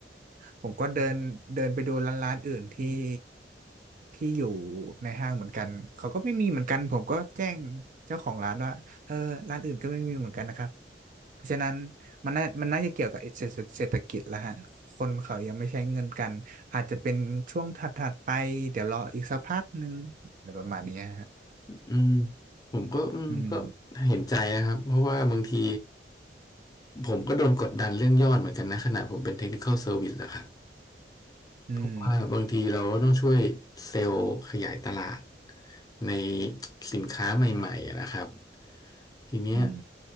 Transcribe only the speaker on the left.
อืมผมก็อืมก็
เห็นใจนะครับเพราะว่าบางทีผมก็โดนกดดันเรื่องยอดเหมือนกันนะขณะผมเป็น Technical Service นะครับ
เพราะว่าบางทีเราก็ต้องช่วยเซลล์ขยายตลาดในสินค้าใหม่ๆนะครับ ทีเนี้ย